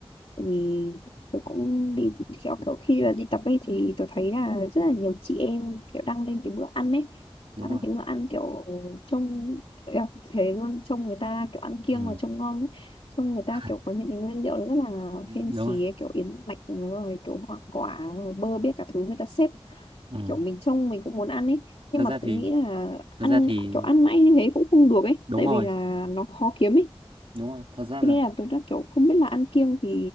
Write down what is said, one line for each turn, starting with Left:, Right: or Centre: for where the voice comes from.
Left: Tại vì tôi cũng đi kiểu, kiểu khi mà đi tập ấy thì tôi thấy là rất là nhiều chị em kiểu đăng lên cái bữa ăn ấy
Right: Đúng
Left: đăng
Right: rồi.
Left: lên cái bữa ăn kiểu trông kiểu thế luôn trông người ta kiểu ăn kiêng
Right: Ừ.
Left: và trông ngon ấy trông người
Right: <laughs>
Left: ta kiểu có những cái nguyên liệu rất là
Right: Đúng
Left: fancy
Right: rồi.
Left: ấy, kiểu yến mạch rồi kiểu hoa quả rồi bơ biết cả thứ người ta xếp
Right: Ừ.
Left: kiểu mình trông mình cũng muốn ăn ấy nhưng
Right: Thật
Left: mà
Right: ra thì
Left: tôi nghĩ là ăn
Right: thật ra thì
Left: kiểu ăn mãi như thế cũng không được ấy
Right: đúng
Left: tại
Right: rồi,
Left: vì là nó khó kiếm ấy
Right: đúng rồi, thật ra là
Left: Thế nên là tôi đã kiểu không biết là ăn kiêng thì